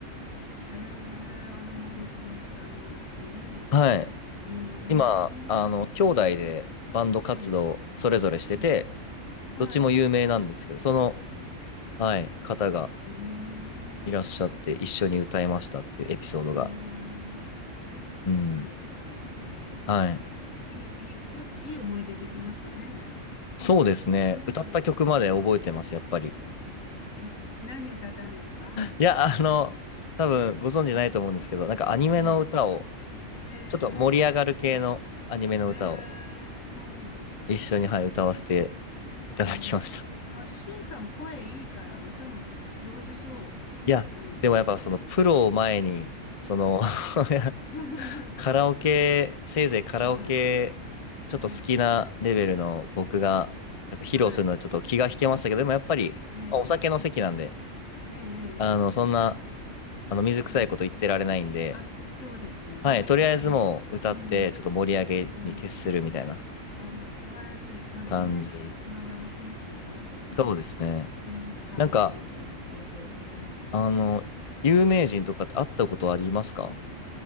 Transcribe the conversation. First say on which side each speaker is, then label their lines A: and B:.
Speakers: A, on the left; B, on the left.
A: へえ、あの森進一さんの息子ね。
B: はい。
A: うーん、
B: 今、あの、兄弟でバンド活動それぞれしてて、
A: ええ、うんはい。
B: どっちも有名なんですけど、その、はい、方が
A: うーん、
B: いらっしゃって一緒に歌いましたっていうエピソードが。
A: ええ、
B: うん。
A: そうですか。え
B: はい。
A: いい、いい、ういい思い出できましたね。
B: そうですね。
A: ね
B: 歌った曲まで覚えてます、やっぱり。
A: え、え、何歌ったんですか
B: いや、あの、多分ご存知ないと思うんですけど、なんかアニメの歌を、
A: ええ、ええ、
B: ちょっと盛り上がる系のアニメの歌を
A: ええ、そうなんですね。
B: 一緒に、はい、歌わせていただきました。
A: えー、あ、しゅんさん声いいから歌う上手そ
B: いや、
A: う。うん。
B: でもやっぱそのプロを前に、その
A: ええ。
B: <laughs>
A: <laughs>
B: カラオケ、せいぜいカラオケ、
A: うん。
B: ちょっと好きなレベルの僕が、
A: ええ。
B: やっぱ披露するのはちょっと気が引けましたけど、
A: はい。
B: でもやっぱり、
A: ええ。
B: まあお酒の席なんで、
A: ええ。ええ。
B: あの、そんな、あの、水臭いこと言ってられないんで、
A: うん。あ、そうですよね。
B: はい、とりあえずもう歌って、
A: もう、うん。
B: ちょっと盛り上げに徹するみたいな
A: うん。ああ、素晴らしい。ちゃんとね、
B: 感じ。
A: その場の雰囲気に合わせてね。
B: そうですね。
A: うん。サービス精神旺盛。
B: なんか、
A: うん。
B: あの、有名人とかって会ったことありますか